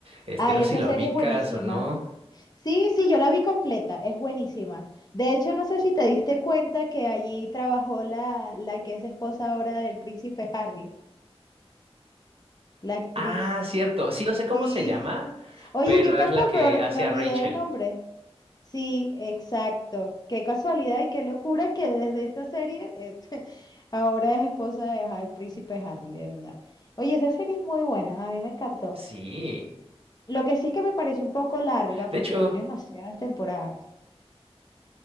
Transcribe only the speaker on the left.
Ay,
esa
serie
es buenísima.
Sí, sí, yo la vi completa, es buenísima. De hecho, no sé si te diste cuenta que allí trabajó la, la que es esposa ahora del príncipe Harry. La actriz.
Sí.
Oye,
yo tampoco
er-
me olvidé
del nombre. Sí, exacto. Qué casualidad y qué locura que desde esta serie eh, <laughs> ahora es esposa de Ha- el príncipe Harry, de verdad. Oye, esa serie es muy buena, a mí me encantó.
Lo que sí es que me pareció un poco larga porque
tiene demasiadas temporadas.